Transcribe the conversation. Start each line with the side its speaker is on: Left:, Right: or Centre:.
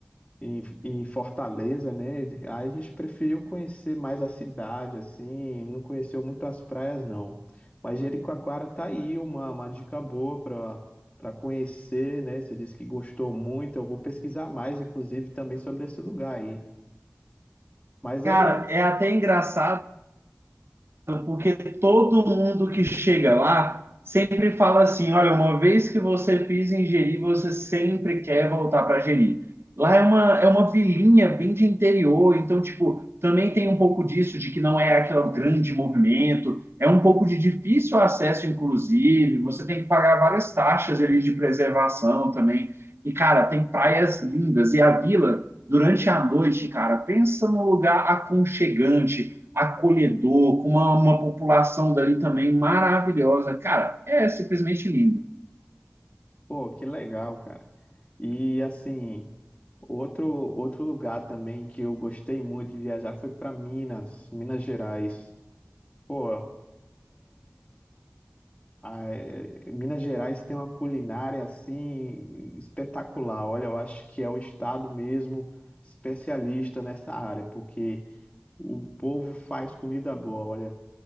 Left: em, em Fortaleza, né? Aí a gente preferiu conhecer mais a cidade, assim, não conheceu muito as praias, não. Mas Jericoacoara tá aí uma, uma dica boa para para conhecer, né? Você disse que gostou muito, eu vou pesquisar mais, inclusive, também sobre esse lugar aí. Mas
Right: Cara,
Left: aí,
Right: é até engraçado porque todo mundo que chega lá sempre fala assim: olha, uma vez que você pisa em Jeri, você sempre quer voltar para Jeri. Lá é uma, é uma vilinha bem de interior, então, tipo, também tem um pouco disso, de que não é aquele grande movimento, é um pouco de difícil acesso, inclusive, você tem que pagar várias taxas ali de preservação também. E, cara, tem praias lindas, e a vila, durante a noite, cara, pensa num lugar aconchegante acolhedor, com uma, uma população dali também maravilhosa. Cara, é simplesmente lindo.
Left: pô, que legal, cara. E assim, outro outro lugar também que eu gostei muito de viajar foi para Minas, Minas Gerais. Pô, Ah, é- é, Minas Gerais tem uma culinária assim espetacular. Olha, eu acho que é o estado mesmo especialista nessa área, porque o povo faz comida boa. Olha,